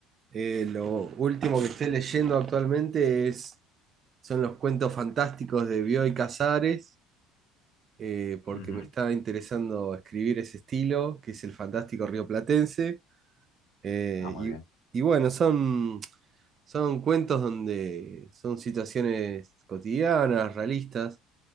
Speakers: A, on the right; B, on the left.
A: Eh, lo último que estoy leyendo actualmente es, son los cuentos fantásticos de Bioy Casares, eh, porque
B: Ujú,
A: me está interesando escribir ese estilo, que es el fantástico rioplatense. Eh,
B: Ah, muy
A: y,
B: bien.
A: y bueno, son, son cuentos donde son situaciones cotidianas, realistas,